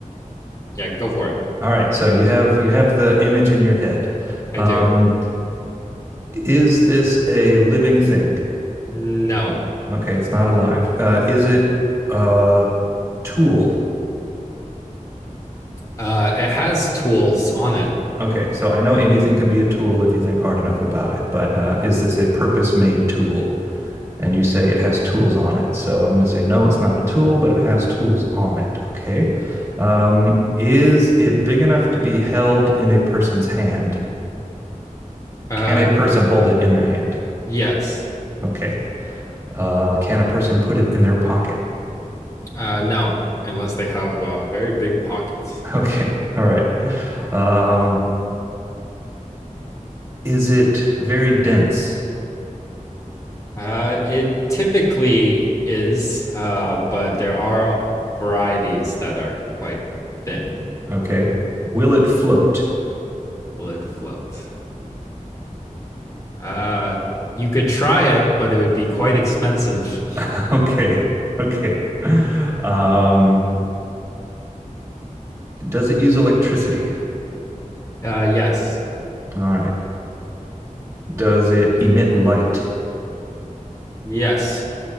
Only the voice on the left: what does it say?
yeah, go for it.
I
do.
No.
Uh, it has tools on it.
Uh,
yes.
Uh, no, unless they have uh very big pockets.
Uh, it typically is, uh, but there are varieties that are quite thin.
Will it float? Uh, you could try it, but it would be quite expensive.
Uh, yes.
Yes.